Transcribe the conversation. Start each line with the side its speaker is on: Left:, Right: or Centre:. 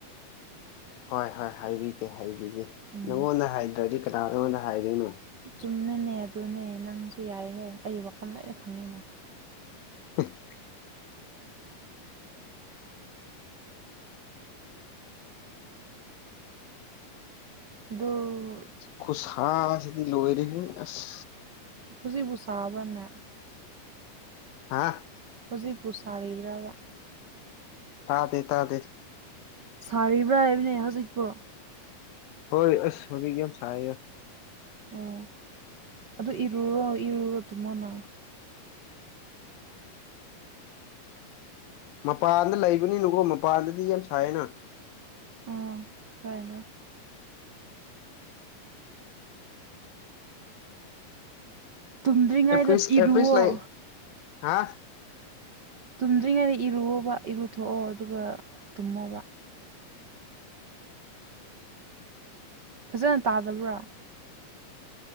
Left: ꯍꯣꯏ ꯍꯣꯏ ꯍꯥꯏꯕꯤꯒꯦ ꯍꯥꯏꯕꯤꯒꯦ
Right: ꯎꯝ
Left: ꯅꯪꯉꯣꯟꯗ ꯍꯥꯏꯗ꯭ꯔꯗꯤ ꯀꯅꯥ ꯅꯪꯉꯣꯟꯗ ꯍꯥꯏꯗꯣꯏꯅꯣ
Right: ꯆꯨꯝꯃꯦꯅꯦ ꯑꯗꯨꯅꯦ ꯅꯪꯁꯨ ꯌꯥꯏꯍꯦ ꯑꯩ ꯋꯥꯈꯜ ꯂꯣꯏꯅ ꯈꯪꯉꯦꯅꯦ
Left: <unintelligible>
Right: ꯑꯗꯣ
Left: ꯈꯨꯠꯁꯥꯁꯤꯗꯤ ꯂꯣꯏꯔꯦ ꯑꯁ
Right: ꯍꯧꯖꯤꯛꯕꯨ ꯁꯥꯕ꯭ꯔꯅꯦ
Left: ꯍꯥ
Right: ꯍꯧꯖꯤꯛꯄꯨ ꯁꯥꯔꯤꯕ꯭ꯔꯕ
Left: ꯇꯥꯗꯦ ꯇꯥꯗꯦ
Right: ꯁꯥꯔꯤꯕ꯭ꯔꯥ ꯍꯥꯏꯕꯅꯦ ꯍꯧꯖꯤꯛꯄꯣ
Left: ꯍꯣꯏ ꯑꯁ ꯍꯧꯖꯤꯛ ꯌꯥꯝ ꯁꯥꯥꯔꯤꯌꯦ
Right: ꯑꯣ ꯑꯗꯨ ꯏꯔꯨꯔꯣ ꯏꯔꯨꯔꯣꯒ ꯇꯨꯝꯃꯣꯅ
Left: ꯃꯄꯥꯟꯗ ꯂꯩꯕꯅꯤꯅꯀꯣ ꯃꯄꯥꯟꯗꯗꯤ ꯌꯥꯝ ꯁꯥꯏꯌꯦꯅ
Right: ꯑꯣ ꯍꯣꯏ ꯍꯣꯏ ꯇꯨꯝꯗ꯭ꯔꯤꯉꯩꯗ
Left: ꯑꯦꯐ꯭ꯔꯤꯁ
Right: ꯏꯔꯨꯑꯣ
Left: ꯑꯦꯐ꯭ꯔꯤꯁ ꯂꯩ ꯍꯥ
Right: ꯇꯨꯝꯗ꯭ꯔꯤꯉꯩꯗ ꯏꯔꯨꯑꯣꯕ ꯏꯔꯨꯊꯣꯛꯑꯣ ꯑꯗꯨꯒ ꯇꯨꯝꯃꯣꯕ ꯐꯖꯅ ꯇꯥꯗꯕ꯭ꯔꯥ